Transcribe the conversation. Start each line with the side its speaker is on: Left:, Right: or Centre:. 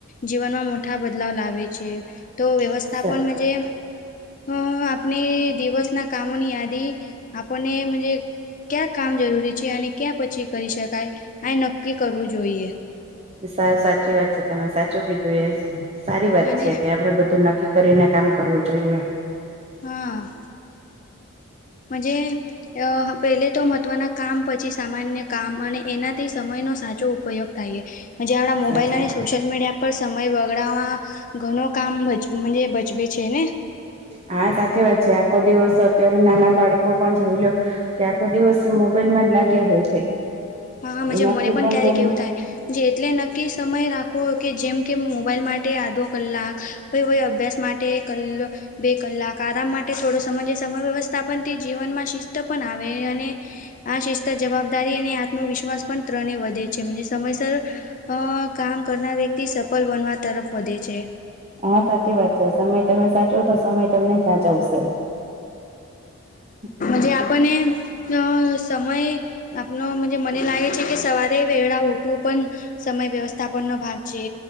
Left: જીવનમાં મોટા બદલાવ લાવે છે, તો વ્યવસ્થાપન
Right: વાત
Left: મજે હ, આપને દિવસના કામોની યાદી, આપનેજે ક્યાં કામ જરૂરી છે? અને ક્યાં પછી કરી શકાય? આ નક્કી કરવું જોઈએ.
Right: સાવ સાચી વાત છે, તમે સાચું કીધું એ, સારી વાત
Left: અને
Right: છે કે આપડે બધું નક નકી કરીને કામ કરવું જોઈએ.
Left: હા. મજ જે. અ પેલે તો મહત્ત્વના કામ પછી સામાન્ય કામ અને એનાથી સમયનો સાચો ઉપયોગ. થાયે જયારે મોબાઇલ
Right: સાચી
Left: જોશુ. સોશિયલ મીડિયા પર સમય બગડાવવા ઘણું કામ ભજ ભજવે છે ને.
Right: હા સાચી વાત છે આખો દિવસ અત્યારે નાના બાળકો પણ જોઈ લો. કે આખો દિવસ મોબાઈલ માં જ લાગ્યા હોય છે.
Left: હાા મને
Right: એનાથી
Left: પણ ક્યારેક
Right: તેમ
Left: એવું થાય. જે એટલે નક્કી સમય રાખો કે જેમ કે મોબાઈલ માટે આધો કલાક. ભ હોય અભ્યાસ માટે કલ. બે કલાક આરામ માટે થોડો સમય સમય વ્યવસ્થા પણન તે જીવનમાં શિસ્ત પણ આવે અને આ શિસ્ત જવાબદારી અને આત્મવિશ્વાસ પણ ત્રણે વધે છે સમયસર. અ કામ કરનાર વ્યક્તિ સફળ બનવા તરફ વધે છે.
Right: હા સાચી વાત છે સમય તમે સાચો તો સમય તમને સાચવશે. <inaudible>
Left: જ આપને અ સમય. આપનો મને લાગે છે કે સવારે વેળા ઉઠવું પણ. સમય વ્યવસ્થાપન ન ભાગ છે